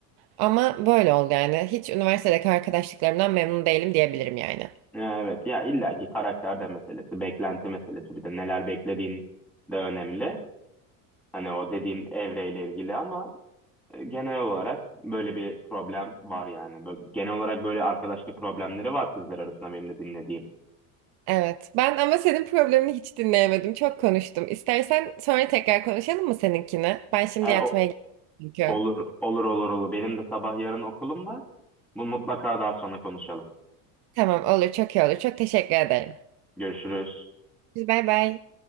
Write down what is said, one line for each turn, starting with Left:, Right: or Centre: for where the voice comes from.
Right: Ama böyle oldu yani. Hiç üniversitedeki arkadaşlıklarımdan memnun değilim diyebilirim yani.
Centre: Ee, evet ya illaki karakter de meselesi, beklenti meselesi bir de neler beklediğin de önemli. Hani o dediğim evreyle ilgili ama E, Genel olarak böyle bir problem var yani. Böyle, genel olarak böyle arkadaşlık problemleri var kızlar arasında benim de dinlediğim.
Right: Evet. Ben ama senin problemini hiç dinleyemedim. Çok konuştum. İstersen sonra tekrar konuşalım mı seninkini? Ben şimdi
Centre: E,
Right: yatmaya
Centre: o,
Right: gidiyorum çünkü.
Centre: olur, olur, olur, olur. Benim de sabah yarın okulum var. Bu mutlaka daha sonra konuşalım.
Right: Tamam olur. Çok iyi olur. Çok teşekkür ederim.
Centre: Görüşürüz.
Right: Biz bay bay.